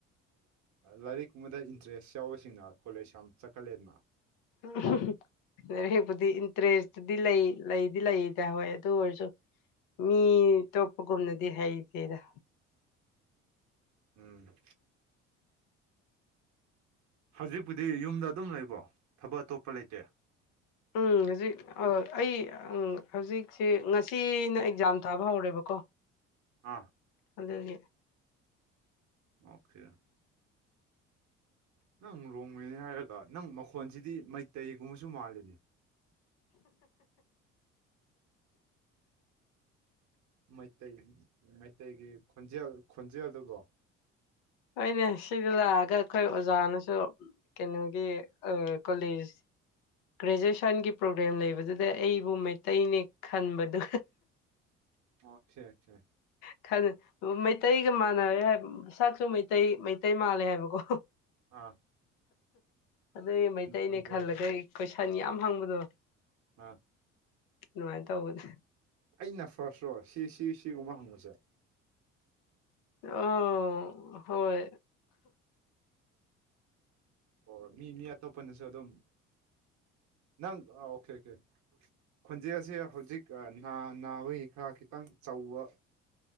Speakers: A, on the right; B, on the left.
A: ꯂꯥꯏꯔꯤꯛꯀꯨꯝꯕꯗ ꯏꯟꯇꯔꯦꯁ ꯌꯥꯎꯕꯁꯤꯡꯅ ꯀꯣꯂꯦꯖ ꯌꯥꯝ ꯆꯠꯀꯜꯂꯦꯗꯅ
B: ꯎ ꯂꯔꯤꯛꯄꯨꯗꯤ ꯏꯟꯇꯔꯦꯁꯇꯨꯗꯤ ꯂꯩ ꯂꯩꯗꯤ ꯂꯩꯗ ꯍꯣꯏ ꯑꯗꯨ ꯑꯣꯏꯔꯁꯨ ꯃꯤ ꯇꯣꯛꯄꯒꯨꯝꯅꯗꯤ ꯍꯩꯇꯦꯔꯥ
A: ꯎꯝ ꯍꯧꯖꯤꯛꯄꯨꯗꯤ ꯌꯨꯝꯗ ꯑꯗꯨꯝ ꯂꯩꯕꯔꯣ ꯊꯕꯛ ꯑꯇꯣꯞꯄ ꯂꯩꯇꯦ
B: ꯎꯝ ꯍꯧꯖꯤꯛ ꯑꯩ ꯍꯧꯖꯤꯛꯁꯦ ꯉꯁꯤꯅ ꯑꯦꯛꯖꯥꯝ ꯊꯥꯕ ꯍꯧꯔꯦꯕꯀꯣ
A: ꯑꯥ
B: ꯑꯗꯨꯒꯤ
A: ꯑꯣꯀꯦ ꯅꯪ ꯔꯣꯡꯃꯩꯅꯦ ꯍꯥꯏꯔꯒ ꯅꯪ ꯃꯈꯣꯟꯁꯤꯗꯤ ꯃꯩꯇꯩꯒꯨꯝꯕꯁꯨ ꯃꯥꯜꯂꯤꯅꯦ ꯃꯩꯇꯩ ꯃꯩꯇꯩꯒꯤ ꯈꯣꯟꯖꯦꯜ- ꯈꯣꯟꯖꯦꯜꯗꯒꯣ
B: ꯍꯣꯏꯅꯦ ꯁꯤꯗ ꯂꯥꯛꯑꯒ ꯑꯩꯈꯣꯏ ꯑꯣꯖꯥꯅꯁꯨ ꯀꯩꯅꯣꯒꯤ ꯑ ꯀꯣꯂꯦꯖ ꯒ꯭ꯔꯦꯖꯨꯑꯌꯦꯁꯟꯒꯤ ꯄ꯭ꯔꯣꯒ꯭ꯔꯥꯦꯝ ꯂꯩꯕꯗꯨꯗ ꯑꯩꯕꯨ ꯃꯩꯇꯩꯅꯦ ꯈꯟꯕꯗꯣ
A: ꯑꯣꯀꯦ
B: ꯈꯂ ꯃꯩꯇꯩꯒ ꯃꯥꯟꯅꯔꯦ ꯍꯥꯏ ꯁꯛꯁꯨ ꯃꯩꯇꯩ ꯃꯩꯇꯩ ꯃꯥꯜꯂꯦ ꯍꯥꯏꯕꯀꯣ
A: ꯑꯥ
B: ꯑꯗꯨꯒꯤ ꯃꯩꯇꯩꯅꯦ
A: ꯈꯣꯟꯖꯦꯜꯗꯣ
B: ꯈꯜꯂꯒꯦ ꯑꯩ ꯀꯣꯏꯁꯟ ꯌꯥꯝ ꯍꯪꯕꯗꯣ
A: ꯑꯥ
B: ꯅꯨꯡꯉꯥꯏ ꯇꯧꯕꯅꯦ
A: ꯑꯩꯅ ꯐꯥꯔꯁ ꯔꯣ ꯁꯤ ꯁꯤ ꯁꯤꯒꯨꯝꯕ ꯍꯪꯕꯁꯦ
B: ꯑꯥ ꯍꯣꯏ
A: ꯑꯣ ꯃꯤ ꯃꯤ ꯑꯇꯣꯞꯄꯅꯁꯨ ꯑꯗꯨꯝ ꯅꯪ ꯑꯣꯀꯦ ꯑꯣꯀꯦ ꯈꯣꯟꯖꯦꯁꯦ ꯍꯧꯖꯤꯛ ꯅꯥ ꯅꯥꯕꯒꯤ ꯈꯔ ꯈꯤꯇꯪ ꯆꯧꯕ